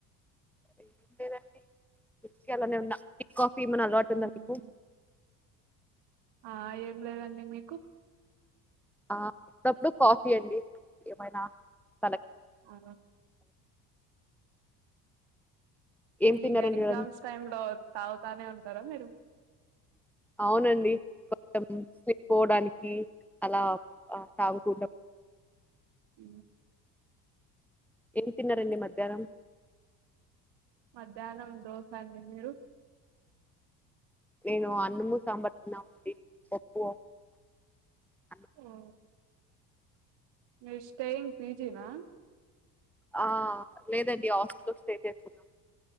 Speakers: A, in the centre; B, on the right.
A: ఏం లేదండి ఊరికే అలానే ఉన్నా ఎకు మన్న అలవాటు ఉందా
B: మ్మ్
A: మీకు
B: ఆ ఏం లేదండి మీకు
A: అప్పుడప్పుడు కాఫీ అండి ఏమైనా ఆ
B: ఆ
A: ఏం
B: అ
A: తిన్నారండి
B: ఇంకా ఎగ్జామ్స్
A: ఈరోజు
B: టైమ్ లో తాగుతానే ఉంటారా మీరు
A: అవునండి కొంచం స్లీప్పోవడానికి అలా త తాగుతుంట
B: ఊ
A: ఏం తిన్నారండి మధ్యాహ్నం
B: మధ్యాహ్నం దోస అండి మీరు
A: నేను అన్నము సంబార్ తిన్నామండి పప్పు అలా
B: ఆ మీ స్టేయింగ్ పిజీ నా
A: ఆ లేదండి హాస్టల్ లో స్టే చేసున్నాం.